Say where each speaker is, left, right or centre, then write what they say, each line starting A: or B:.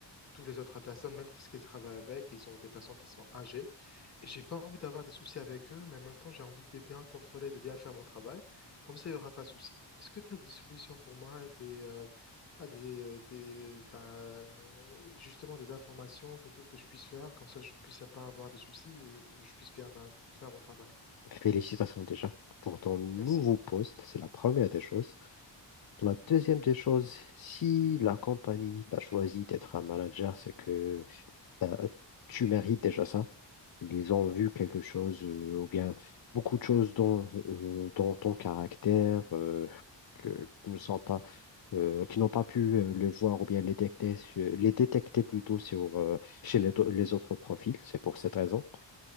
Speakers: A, on the left (about 35°); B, on the left (about 50°).
A: tous les autres personnes, même qu'est-ce qu'ils travaillent avec, ils ont des personnes qui sont âgées. Et j'ai pas envie d'avoir des soucis avec eux, mais en même temps, j'ai envie de bien contrôler, de bien faire mon travail. Comme ça, il n'y aura pas de soucis. Est-ce que tu as des solutions pour moi, des, euh, pas des, euh, des bah, justement des informations, quelque chose que je puisse faire, comme ça, je puisse pas avoir des soucis, euh, je puisse bien faire faire mon travail.
B: Félicitations déjà pour ton nouveau
A: Merci.
B: poste, c'est la première des choses. La deuxième des choses, si la compagnie t'a choisi d'être un manager, c'est que t'as- tu mérites déjà ça. Ils ont vu quelque chose euh, ou bien beaucoup de choses dans, euh, dans ton caractère euh, que, qui ne sont pas euh, qui n'ont pas pu euh, le voir ou bien les détecter, sur- les détecter plutôt sur, euh, chez les, les autres profils. C'est pour cette raison.